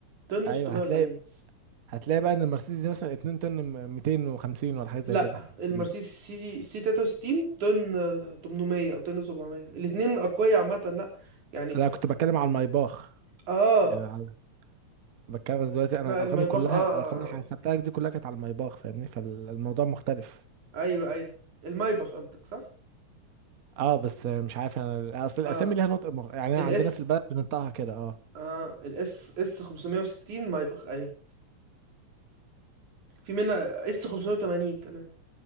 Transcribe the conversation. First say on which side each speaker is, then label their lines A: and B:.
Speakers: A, on the right; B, on the right.
A: طن
B: ايوه
A: 640
B: هتلاقي هتلاقي بقى ان المرسيدس دي مثلا 2 طن م- 250 ولا حاجة زي
A: لا
B: كده
A: المرسيدس
B: لا
A: سي سي 63 طن 800 او طن 700 الاثنين اقوياء عامه لا يعني
B: لا، كنت بتكلم على المايباخ
A: اه
B: يعني على- بتكلم دلوقتي انا
A: لا
B: ارقامي
A: المايباخ
B: كلها
A: اه, آه
B: الارقام اللي حسبتها دي كلها كانت على المايباخ فاهمني فالموضوع مختلف
A: آه، ايوه ايوه المايباخ قصدك صح
B: اه بس مش عارف انا اصل الاسامي
A: اه
B: ليها نطق مخ... يعني
A: الاس
B: عندنا في البلد بننطقها كده اه
A: اه الاس اس 560 مايباخ ايوه في منها اس 580 كمان